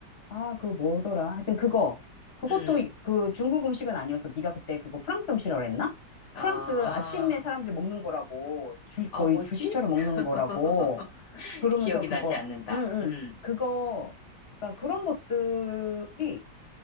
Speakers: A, on the left; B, on the left.
A: 아 그거 뭐더라? 하여튼 그거 그것도
B: 음.
A: 이- 그 중국 음식은 아니어서 네가 그때 그거 프랑스 음식이라고 그랬나?
B: 아,
A: 프랑스 아침에 사람들이 먹는 거라고 주
B: 아,
A: 거의
B: 뭐지?
A: 주식처럼 먹는
B: <laughs>
A: 거라고 그러면서
B: 기억이
A: 그거
B: 나지 않는다.
A: 응응
B: 음,
A: 그거 그러니까 그런 것들이